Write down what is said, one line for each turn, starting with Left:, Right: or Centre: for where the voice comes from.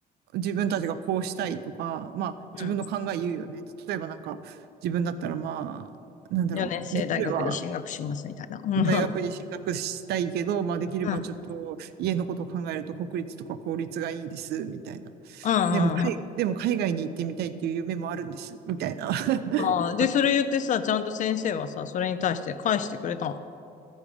Right: 自分たちがこうしたいとか、まあ、
Left: うん
Right: 自分の考え言うよね。例えばなんか、自分だったらまあ、なんだろう。
Left: 4年生大学に進学しますみたいな。
Right: できれば、
Left: うん。
Right: 大学に進学したいけど、
Left: うん。
Right: まあ、できればちょっと、
Left: うん。
Right: 家のことを考えると国立とか公立がいいです、みたいな。
Left: うん
Right: でも、海でも海外に行ってみたいっていう夢もあるんです、みたいな。<laughs>
Left: ああ、で、それ言ってさ、ちゃんと先生はさ、それに対して返してくれたの。